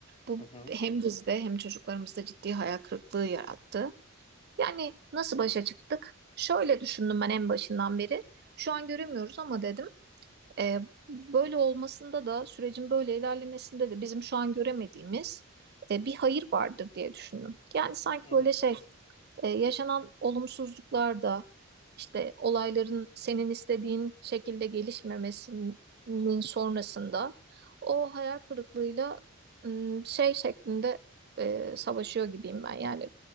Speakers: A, on the right; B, on the left.
A: Bu
B: hı hı,
A: hem bizde hem çocuklarımızda ciddi hayal kırıklığı yarattı. Yani nasıl başa çıktık? Şöyle düşündüm ben en başından beri. Şu an göremiyoruz ama dedim e, böyle olmasında da sürecin böyle ilerlemesinde de bizim şu an göremediğimiz e, bir hayır vardır diye düşündüm. Yani sanki
B: hı
A: böyle
B: hı,
A: şey e, yaşanan olumsuzluklar da işte olayların senin istediğin şekilde gelişmemesinin sonrasında o hayal kırıklığıyla m, şey şeklinde e, savaşıyor gibiyim ben. Yani